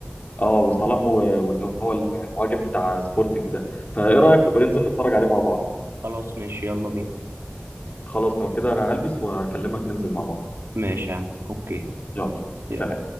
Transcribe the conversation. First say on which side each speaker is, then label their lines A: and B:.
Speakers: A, on the left; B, on the right.
A: اه وصلاح و- واللي هو المهاجم بتاع سبورتنج ده فايه رايك نبقى ننزل نتفرج عليه مع بعض
B: خلاص ماشي يلا بينا
A: خلاص لو كده انا هلبس واكلمك ننزل مع بعض
B: ماشي يا عم اوكي
A: يلا سلام
B: يلا